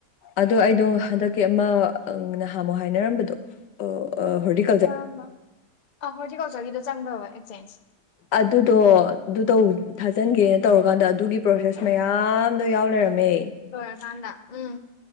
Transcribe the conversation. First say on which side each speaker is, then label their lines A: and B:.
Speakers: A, on the left; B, on the left.
A: ꯑꯗꯣ ꯑꯩꯗꯣ ꯍꯟꯗꯛꯀꯤ ꯑꯃ ꯑꯪ ꯅꯍꯥꯃꯨꯛ ꯍꯥꯏꯅꯔꯝꯕꯗꯣ <unintelligible>
B: ꯑꯥꯌꯥꯝꯕ ꯑꯥ <unintelligible>
A: ꯑꯗꯨꯗꯣ ꯑꯗꯨ ꯇꯧ ꯊꯥꯖꯤꯟꯒꯦꯅ ꯇꯧꯔꯨꯀꯥꯟꯗ ꯑꯗꯨꯒꯤ ꯄ꯭ꯔꯣꯁꯦꯁ ꯃꯌꯥꯝ ꯗꯣ ꯌꯥꯎ ꯂꯩꯔꯝꯃꯦ
B: ꯂꯣꯢꯔ ꯀꯥꯟꯗ ꯎꯝ